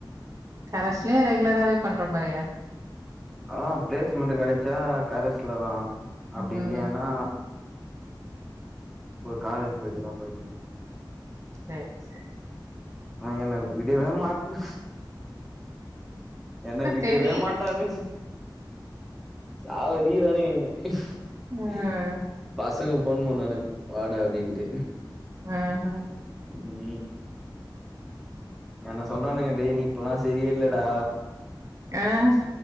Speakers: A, on the right; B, in the centre.
A: கரஸ்லயே ரெகுலராவே பண்ற மாரியா
B: அதா பிளேஸ்மண்ட்டு கெடச்சா கரஸ்ல தா அப்டி
A: ம்
B: இல்லயான்னா ஒரு காலேஜு போயிட்டு தா படிக்கனு
A: சேரி சேரி
B: அவங்க என்ன விடவே மாட்னு என்ன விடவே
A: தெரியுது
B: மாட்டானுங் சாவடிக்கிறானுங்க என்ன
A: ம்
B: பசங்க ஃபோன் பண்ணானுங்க வாடா அப்டின்ட்டு
A: அ ஹ
B: ம் என்ன சொல்றானுங்க டேய் நீ இப்பல்லா சரியே இல்லடா
A: அ